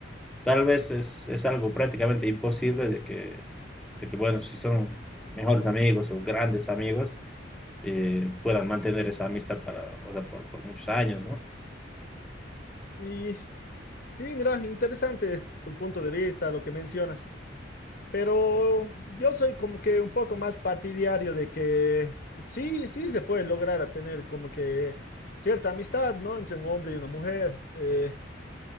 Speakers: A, in the centre; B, on the left.
A: Tal vez es, es algo prácticamente imposible de que, de que, bueno, si son mejores amigos o grandes amigos, eh, puedan mantener esa amistad para, o sea, por, por muchos años, ¿no?
B: Y sí, mira, interesante tu punto de vista, lo que mencionas, pero yo soy como que un poco más partidario de que sí, sí se puede lograr a tener como que cierta amistad, ¿no? Entre un hombre y una mujer. eh,